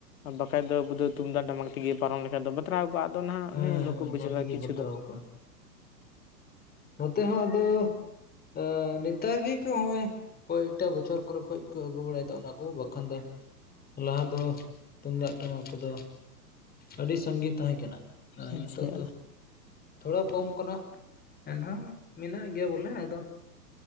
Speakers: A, on the left; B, on the left.
A: ᱟᱨ ᱵᱟᱠᱷᱟᱡ ᱫᱚ ᱟᱵᱩ ᱫᱚ ᱛᱩᱢᱫᱟᱜ ᱴᱟᱢᱟᱠ ᱛᱮᱜᱮ ᱯᱟᱨᱚᱢ ᱞᱮᱠᱷᱟᱡ ᱫᱚ ᱵᱟᱛᱨᱟᱣ ᱠᱚᱜᱼᱟ ᱟᱫᱚ ᱱᱟᱜ
B: ᱦᱮᱸ
A: ᱚᱱᱮ ᱵᱟᱠᱚ
B: ᱦᱮᱸ
A: ᱵᱩᱡᱷᱟᱹᱣᱟ
B: ᱚᱱᱟ ᱛᱮᱜᱮ
A: ᱠᱤᱪᱷᱩ
B: ᱵᱟᱛᱨᱟᱣ
A: ᱫᱚ
B: ᱠᱚᱣᱟ ᱱᱚᱛᱮ ᱦᱚᱸ ᱟᱫᱚ ᱟᱸ ᱱᱮᱛᱟᱨ ᱜᱮ ᱠᱚᱜᱼᱚᱭ ᱠᱚᱭᱮᱠᱴᱟ ᱵᱚᱪᱷᱚᱨ ᱠᱚᱨᱮ ᱠᱷᱚᱡ ᱠᱚ ᱟᱹᱜᱩ ᱵᱟᱲᱟᱭᱮᱫᱟ ᱚᱱᱟ ᱠᱚ ᱵᱟᱠᱷᱟᱱ ᱫᱚ ᱞᱟᱦᱟ ᱫᱚ ᱛᱩᱢᱫᱟᱜ ᱴᱟᱢᱟᱠ ᱠᱚᱫᱚ ᱟᱹᱰᱤ ᱥᱟᱸᱜᱮ ᱛᱟᱦᱮᱸ ᱠᱟᱱᱟ, ᱟᱨ
A: ᱟᱪᱪᱷᱟ
B: ᱱᱤᱛᱳᱜ ᱫᱚ ᱛᱷᱚᱲᱟ ᱠᱚᱢ ᱠᱟᱱᱟ ᱾ ᱮᱱᱦᱚᱸ ᱢᱮᱱᱟᱜ ᱜᱮᱭᱟ ᱵᱚᱞᱮ ᱟᱫᱚ